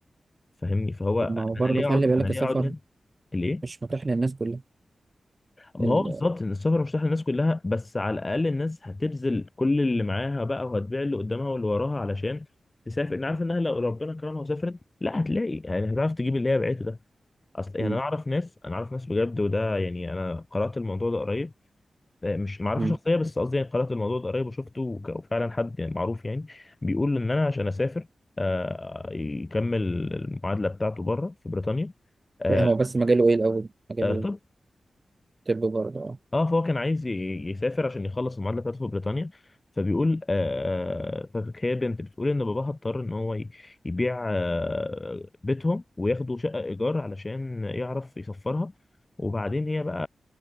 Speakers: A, on the left (about 30°); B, on the right (about 40°).
A: فاهمني فهو
B: طب ما هو برضه
A: انا ليه
B: خلي
A: اقعد انا
B: بالك
A: ليه
B: السفر
A: اقعد هنا ليه
B: مش متاح للناس كلها
A: ما
B: ال...
A: هو بالظبط ان السفر مش رايح للناس كلها بس على الاقل الناس هتبذل كل اللي معاها بقى وهتبيع اللي قدامها واللي وراها علشان تسافر انا عارف انها لو ربنا كرمها وسافرت لا هتلاقي يعني هتعرف تجيب اللي هي بعته ده اصل يعني
B: مم.
A: انا اعرف ناس انا اعرف ناس بجد وده يعني انا قرات الموضوع ده قريب آه، مش معرفه
B: مم.
A: شخصيه بس قصدي يعني قرات الموضوع ده قريب وشفته وك- وفعلا حد يعني معروف يعني بيقول ان انا عشان اسافر آه، يكمل المعادله بتاعته بره في بريطانيا آه،
B: لا، هو بس مجاله ايه الاول مجاله
A: آه، طب
B: ايه طب برضه اه
A: اه فهو كان عايز ي- يسافر عشان يخلص المعادله بتاعته في بريطانيا فبيقول آه فهي بنت بتقول ان باباها اضطر ان هو ي- يبيع آه بيتهم وياخدوا شقه ايجار علشان يعرف يسفرها وبعدين هي بقى